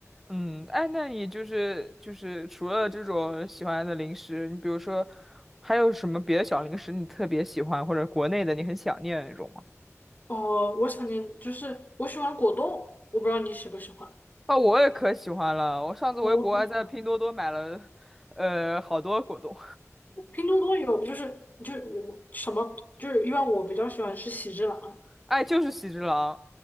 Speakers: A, in the centre; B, on the left.
A: 嗯，哎，那你就是就是除了这种喜欢的零食，你比如说还有什么别的小零食你特别喜欢，或者国内的你很想念的那种吗？
B: 哦，我想念就是我喜欢果冻，我不知道你喜不喜欢。
A: 啊，我也可喜欢了，我上次回国还在拼多多买了，
B: 我同事
A: 呃，好多果冻，
B: 拼多多有，就是就我什么就是因为我比较喜欢吃喜之郎，
A: 哎，就是喜之郎